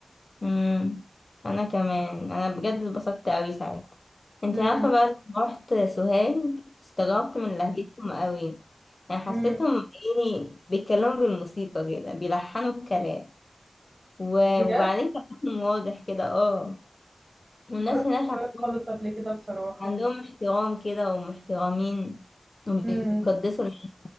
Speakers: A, on the left; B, on the right.
A: امم انا كمان انا بجد اتبسطت قوي ساعتها انت
B: امم
A: عارفه بقى لما رحت سوهاج استغربت من لهجتهم قوي يعني حسيتهم
B: امم
A: ايه بيتكلموا بالموسيقى كده بيلحنوا الكلام و-
B: بجد
A: وبعدين كلامهم واضح كده اه والناس
B: ما رحتش
A: هناك
B: سوهاج
A: عندهم
B: خالص قبل كده بصراحة
A: عندهم احترام كده ومحترمين وبيقدسوا
B: مم.
A: الح-